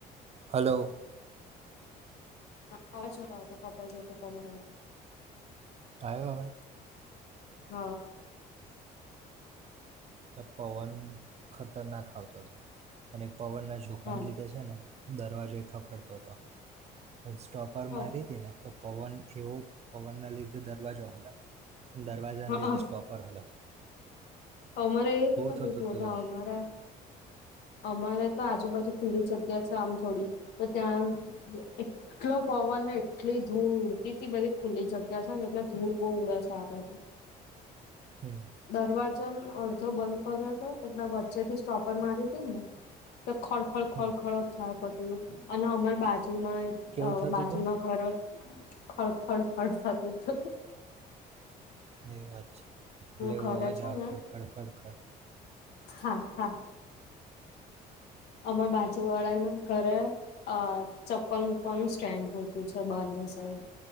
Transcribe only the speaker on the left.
હ આવજો ક તો કપાઈ ગ તો કરા આવ.
હ.
હા
હા
હા
અમારે એ જ હતું
તો ના
અમારા. અમારે તો આજુબાજુ ખુલ્લી જગ્યા છે આમ થોડી તો ત્યાં એટલો પવન ને એટલી ધૂળ ઉડતી બધી ખુલ્લી જગ્યા છે ને એટલે ધૂળ બહ ઉડે છે આ બાજુ.
દરવાજા અડધો બંધ કર્યો હતો એટલે વચ્ચેથી સ્ટોપર મારી હતી ને. તો ખડ ખડ ખડ
ખડ થાય પડ છે. અને અમર બાજ.
બાજુમાં
ઘર. ખળ ખળફટ જત તો.
ઘરે
છે
ને
હા હા. અમાર બાજુ વાળાના ઘરે અ ચપ્પલ મૂકવાનું સ્ટેન્ડ મળતું છે બારની સાઈડ.